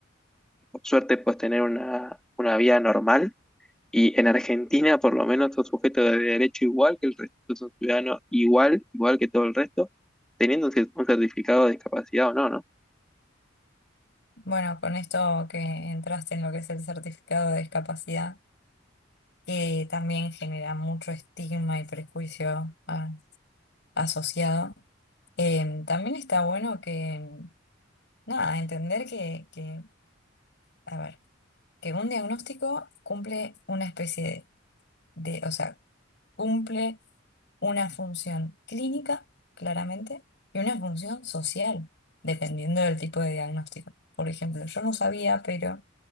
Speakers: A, in the centre; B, on the left (about 60°).
A: Por suerte puedes tener una, una vida normal y en Argentina por lo menos sos sujeto de derecho igual que el resto, sos un ciudadano igual, igual que todo el resto, teniendo un cer- un certificado de discapacidad o no, ¿no?
B: Bueno, con esto que entraste en lo que es el certificado de discapacidad, que también genera mucho estigma y prejuicio ah, asociado. Em, también está bueno que nada, entender que, que, a ver, que un diagnóstico cumple una especie de, de, o sea, cumple una función clínica, claramente, y una función social, dependiendo del tipo de diagnóstico. Por ejemplo, yo no sabía, pero